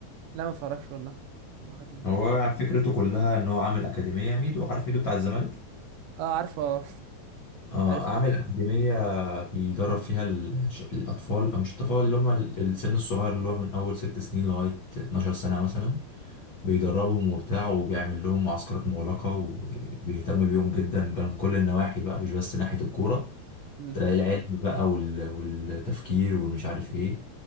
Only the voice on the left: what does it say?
هو فكرته كلها ان هو عامل اكاديميه ميدو عارف ميدو بتاع الزمالك
اه
اعمل اكاديميه بيدرب فيها الش- الاطفال او مش الاطفال اللي هم ال- السن الصغير اللي هو من اول ست سنين لغايه 12 سنه مثلا بيدربهم وبتاع وبيعمل لهم معسكرات مغلقه وبيهتم بيهم جدا من كل النواحي بقى مش بس ناحيه الكوره
العلم بقى وال- والتفكير والمش عارف ايه